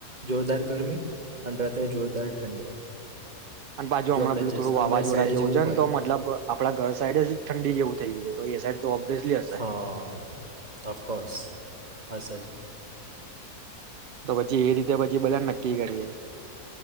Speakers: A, on the right; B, on the right.
A: જોરદાર ગરમી અને રાત્રે જોરદાર ઠંડી.
B: અને પાછુ
A: જો
B: હમણાં
A: આપણે
B: પેલું
A: જેસલમેર
B: થોડું વાવાઝોડા
A: સાઈડે
B: જેવું
A: જવું
B: છ
A: હોય
B: ન તો મતલબ આપડા ઘર સાઈડ જ ઠંડી જેવું થયું છે તો એ <unintelligible> હશે
A: હા અફકોર્સ હા સર.
B: તો પછી એ રીતે પછી બધા નક્કી કરીએ.